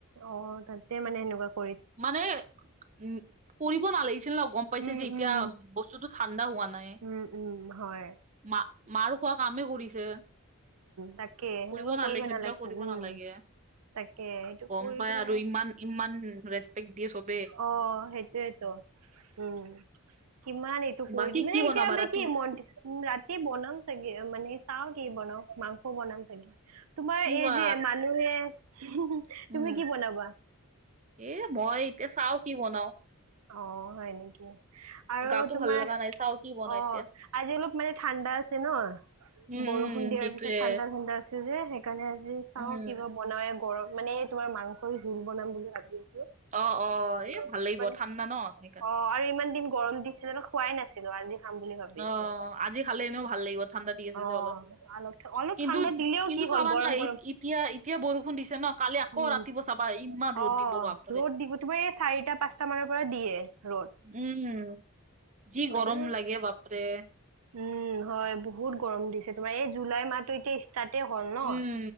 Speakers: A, on the right; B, on the right.
A: অ তাতে মানে এনেকুৱা।
B: মানে, উম, কৰিব নালাগিছিল ন গম পাইছে
A: উম
B: যে এতিয়া,
A: উম
B: বস্তুতটো ঠাণ্ডা হোৱা নাই।
A: উম উম হয়
B: মা মাৰ খোৱা কামেই কৰিছে।
A: তাকে সেনেকুৱা
B: কৰিব নালাগে থাকিলেও
A: নালাগিছিল
B: কৰিব
A: উম
B: নালাগে।
A: তাকে সেইটো
B: গম
A: কৰি
B: পাই
A: কিনে
B: আৰু ইমান ইমান ৰেচপেক্ দিয়ে চব।
A: অ সেইটোৱেটো, উম। কিমান এইটো কৰি
B: বাকী
A: দি মানে
B: কি
A: এতিয়া
B: বনাবা
A: আমি
B: ৰাতি
A: কি ম ৰাতি বনাম চাগে মানে- চাও কি বনাও মাংস বনাম চাগে, তোমাৰ এই
B: বা
A: যে মানুহে- হমহ
B: উম
A: তুমি কি বনাবা।
B: এ মই এ চাও কি বনাও।
A: অ হয় নেকি। আৰু
B: গাতো
A: তোমাৰ,
B: ভাল লগা নাই চাও কি বনাও
A: অ,
B: এতিয়া
A: আজি অলপ মানে ঠাণ্ডা আছে ন।
B: উম
A: বৰষুণ
B: উম
A: দিয়াৰ
B: সেইটোয়ে
A: পিছত ঠাণ্ডা ঠাণ্ডা আছে যে সেইকাৰণে আজি চাও
B: উম
A: কিবা- বনায়ে গৰম মানে তোমাৰ মাংসৰ জোল বনাম বুলি ভাবি আছো।
B: অ' অ'
A: অলপ
B: এ ভাল লাগিব
A: মানে
B: ঠাণ্ডা ন সেইকাৰণ।
A: অ' আৰু ইমান দিন গৰম দিছিলে খোৱাই নাছিলো আজি। খাম বুলি ভাবি
B: অ'
A: আছো
B: আজি খালে এনেও ভাল লাগিব ঠাণ্ডা দি আছে
A: অ
B: যে অলপ।
A: অলপ অলপ
B: কিন্তু
A: ঠাণ্ডা দিলেও
B: কিন্তু
A: কি হ'ল
B: চাবা
A: গৰম
B: নাই
A: গৰম
B: এতিয়া এতিয়া বৰষুণ দিছে, ন কালি আকৌ
A: উম
B: ৰাতিপুৱা চাবা ইমান ৰ'দ
A: অ
B: দিব বাপ
A: ৰ'দ দিব তোমাৰ এই চাৰিটা পাঁচটা মানৰ পৰা দিয়ে ৰ'দ।
B: উম, যি
A: হয়
B: গৰম
A: ন
B: লাগে বাপৰে।
A: উম হয় বহুত গৰম দিছে তোমাৰ এই জুলাই মাহটো এতিয়া ষ্টাৰ্ট তে হ'ল ন,
B: উম